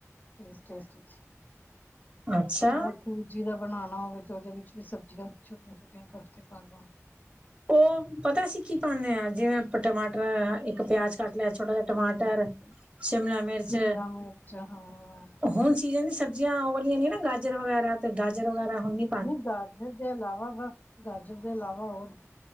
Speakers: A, on the left; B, on the right.
A: ਟੇਸਟ -ਟੇਸਟ ਚ।
B: ਅੱਛਾ
A: ਜਾ ਸੂਜੀ ਦਾ ਬਣਾ ਲਾਂ, ਵਿੱਚ, ਉਹਦੇ ਵਿੱਚ ਵੀ ਸਬਜ਼ੀਆਂ ਛੋਟੀਆਂ- ਛੋਟੀਆਂ ਕੱਟ ਕੇ ਪਾ ਲਾਂ
B: ਉਹ ਪਤਾ, ਅਸੀ ਕੀ ਪਾਉਂਦੇ ਹਾਂ, ਜਿਵੇਂ ਆਪਾਂ ਟਮਾਟਰ ਇੱਕ ਪਿਆਜ ਕੱਟ ਲਿਆ ਛੋਟਾ ਜਿਹਾ ਟਮਾਟਰ
A: ਹਮ
B: ਸ਼ਿਮਲਾ ਮਿਰਚ
A: ਸ਼ਿਮਲਾ ਮਿਰਚ ਹਾਂ
B: ਹੁਣ ਸੀਜ਼ਨ ਦੀ ਸਬਜ਼ੀਆਂ, ਉਹ ਵਾਲੀਆਂ ਨੇ, ਨਾ ਗਾਜਰ ਵਗੈਰਾ, ਤੇ ਗਾਜਰ ਵਗੈਰਾ ਹੁੰਦੀ।
A: ਨਹੀਂ, ਗਾਜਰ ਦੇ ਇਲਾਵਾ, ਬਸ ਗਾਜਰ ਦੇ ਇਲਾਵਾ ਹੋਰ?